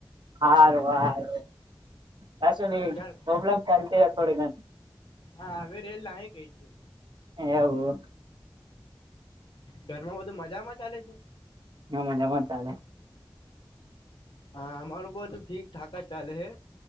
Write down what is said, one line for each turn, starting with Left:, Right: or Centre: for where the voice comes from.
Right: હારું હારુ. કસું નહી
Left: ઘર
Right: પ્રોબ્લેમ ચાલ થોડે ઘણ.
Left: હા! હવે રેલ આવી કઈ છે.
Right: એવું.
Left: ઘરમાં બધું મજામાં ચાલે છે?
Right: હા મજામા ચાલે.
Left: હા અમારું બધું ઠીક ઠાક જ ચાલે હે